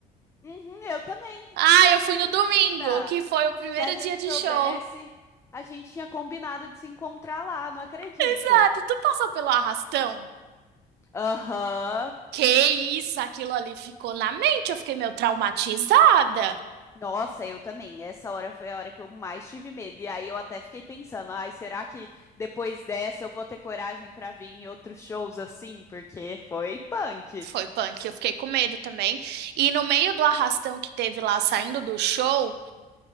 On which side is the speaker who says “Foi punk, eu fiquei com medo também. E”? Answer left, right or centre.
Right